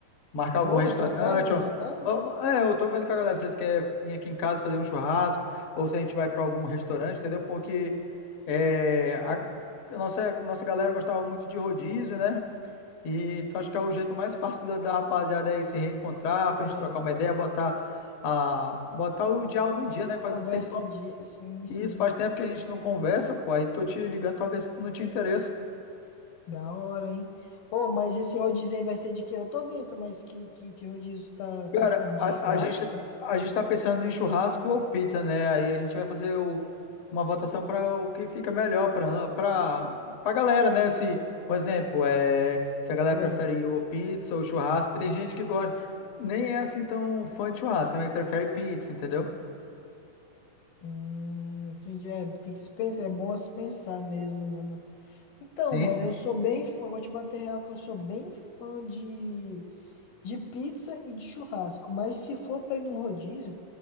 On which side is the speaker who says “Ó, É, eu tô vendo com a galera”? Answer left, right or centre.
Left